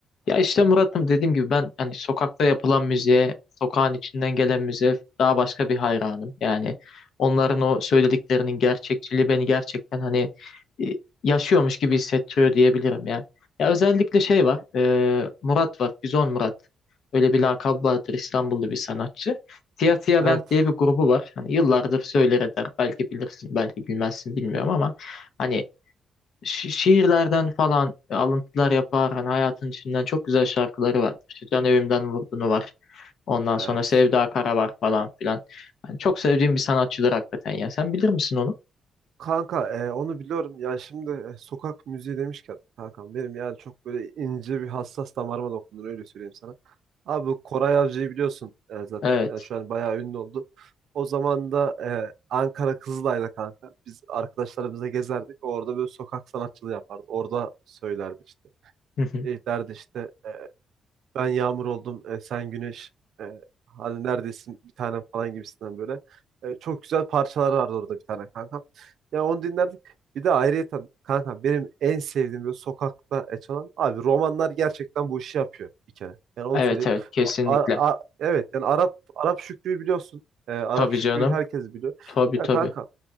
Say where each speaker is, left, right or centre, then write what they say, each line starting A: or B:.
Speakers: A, on the left; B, on the right.
A: Ya işte Murat'ım dediğim gibi ben hani sokakta yapılan müziğe, sokağın içinden gelen müziğe daha başka bir hayranım. Yani onların o söylediklerinin gerçekçiliği beni gerçekten hani e, yaşıyormuş gibi hissettiriyor diyebilirim ya. Ya özellikle şey var, e, Murat var, Bizon Murat. Öyle bir lakabı vardır İstanbullu bir sanatçı. Siyah Siyah
B: Evet,
A: Band diye bir grubu var. Hani yıllardır söyler eder. Belki bilirsin, belki bilmezsin bilmiyorum ama hani şi- şiirlerden falan alıntılar yapar. Hani hayatın içinden çok güzel şarkıları var. İşte Can Evimden Vurdunu var. Ondan
B: evet.
A: sonra Sevda Kara var falan filan. Yani çok sevdiğim bir sanatçıdır hakikaten ya. Sen bilir misin onu?
B: Kanka e, onu biliyorum. Yani şimdi e, sokak müziği demişken kankam benim yani çok böyle ince bir hassas damarıma dokunur öyle söyleyeyim sana. Abi bu Koray Avcı'yı biliyorsun e, zaten.
A: Evet.
B: Yani şu an bayağı ünlü oldu. O zaman da e, Ankara Kızılay'da kanka biz arkadaşlarımıza gezerdik. Orada böyle sokak sanatçılığı yapardı. Orada söylerdi işte.
A: Hı hı.
B: E, derdi işte e, Ben yağmur oldum, e, sen güneş, e, hadi neredesin bir tanem falan gibisinden böyle. E, çok güzel parçalar vardı orada bir tane kankam. Ya onu dinlerdik. Bir de ayrıyeten kankam benim en sevdiğim böyle sokakta e, çalan abi romanlar gerçekten bu işi yapıyor bir kere. Yani onu
A: Evet
B: söyleyeyim.
A: evet kesinlikle.
B: A- a- a- evet yani Arap Arap Şükrü'yü biliyorsun. E, Arap
A: Tabii
B: Şükrü'yü
A: canım.
B: herkes biliyor.
A: Tabii
B: Ya
A: tabii.
B: kanka